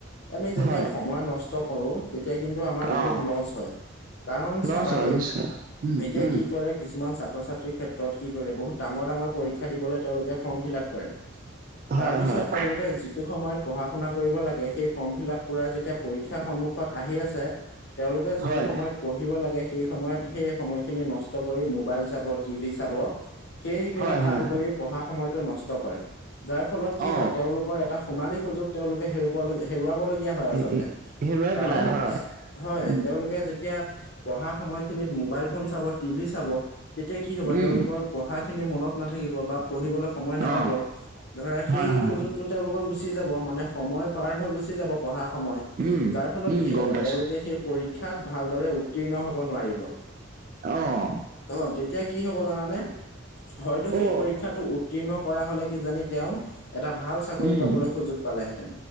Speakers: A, on the left; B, on the right.
A: আমি যেতিয়া
B: হয়
A: সময় নষ্ট কৰো তেতিয়া কিন্তু আমাৰ বহুত
B: অ
A: লচ হয় কাৰণ
B: লছ
A: চাবা
B: হয়
A: দেই
B: নিশ্চয় উম
A: এতিয়া
B: উম
A: কি ক কৰে কিছুমান ছাত্ৰ ছাত্ৰীৰ ক্ষেত্ৰত কি কৰে বহুত ডাঙৰ ডাঙৰ পৰীক্ষা দিবলৈ তেওঁলোকে ফৰ্ম ফিল আপ কৰে
B: <unintelligible>
A: তাৰ পিছত
B: হয়
A: তেওঁলোকে যিটো সময়ত পঢ়া শুনা কৰিব লাগে সেই ফৰ্ম ফিল আপ পুৰা যেতিয়া পৰীক্ষা সন্মুখত আহি আছে তেওঁলোকে
B: হয়
A: যিটো সময়ত কৰিব লাগে সেই সময়ত সেই সময়খিন নষ্ট কৰি মোবাইল চাব টিভি চাব সেইবিলাক
B: হয় হয়
A: কাম কৰি পঢ়া সময়তো নষ্ট কৰে যাৰ ফলত কি
B: অ
A: হয় তেওঁলোকৰ এটা সোণালী সুযোগ তেওঁলোকে হেৰু ৱাবলগীয়া হয় আচলতে
B: এ এ হেৰুৱাই
A: কাৰণ
B: পেলাই হয়
A: হয়
B: উম
A: তেওঁলোকে যেতিয়া পঢ়া সময়খিনিত মোবাইল ফোন চাব টিভি চাব তেতিয়া কি হ'ব তেওঁলোকৰ
B: উম
A: পঢ়াখিনি মনত নাথাকিব বা পঢ়িবলৈ সময় নাপাব
B: অ
A: ধৰা সেই
B: হয় হয়
A: সুযোগটোত তেওঁলোকৰ গুচি যাব মানে সময় পাৰ হৈ গুচি যাব পঢ়াৰ সময়
B: উম
A: যাৰ ফলত
B: উম
A: কি হব
B: গম পাইছো
A: তেওঁলোকে সেই পৰীক্ষাত ভালদৰে উত্তীৰ্ণ হব নোৱাৰিব
B: অ
A: অ তেতিয়া কি হ'ব জানানে হয়তো সেই
B: অ
A: পৰীক্ষাতো উ উত্তীৰ্ণ কৰা হলে কিজানি তেওঁ এটা ভাল চাকৰি
B: উম
A: পাবলৈ সুযোগ পালেহেঁতেন